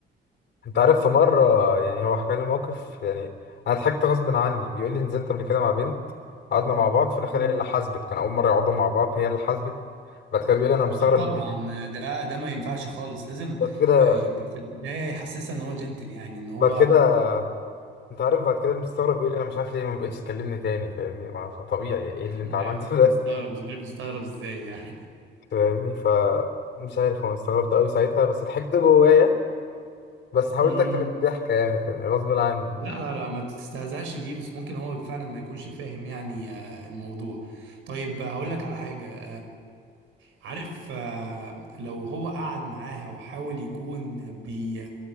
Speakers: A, on the left; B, on the right.
A: انت عارف في مره يعني هو حكى لي موقف يعني انا ضحكت غصب عني بيقول لي نزلت قبل كده مع بنت قعدنا مع بعض في الاخر
B: يعني
A: هي اللي حاسبت كان اول مره يقعدوا مع بعض هي اللي حاسبت بعد كده بيقول لي انا مستغرب
B: لا طبعا
A: ليه-
B: ده ده ما ينفعش خالص لازم
A: بعد كده
B: آه، يبقى في البدايه يحسسها ان هو جنتل يعني ان هو
A: بعد كده انت عارف بعد كده مستغرب بيقول لي انا مش عارف ليه ما بقتش تكلمني تاني فاهمني ما هو طبيعي ايه
B: <laughs>
A: اللي انت عملته ده
B: مستغرب مش عارف مستغرب ازاي يعني
A: <laughs> فاهمني ف مش عارف هو أنا استغربت قوي ساعتها بس ضحكت جوايا بس حاولت
B: امم
A: اكتب الضحكة يعني فاهمني غصب عني
B: لا لا لا ما تستهزأش بيه بس ممكن هو فعلا ما يكونش فاهم يعني آه، الموضوع طيب آه، هقول لك على حاجة عارف آه، لو هو قعد معاها وحاول يكون بي